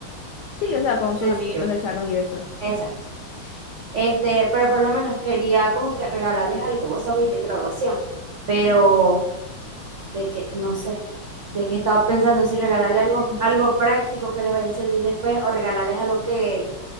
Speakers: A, on the left; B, on the right.
A: Sí, o sea, con sus
B: sencillo.
A: amiguitos del salón y eso.
B: Exacto. Este, pero por lo menos quería como que regalarles algo, vos sabéis, de graduación. Pero de que, no sé, de que estaba pensando si regalarle algo,
A: <laughs>
B: algo práctico que les vaya a servir después o regalarles algo que,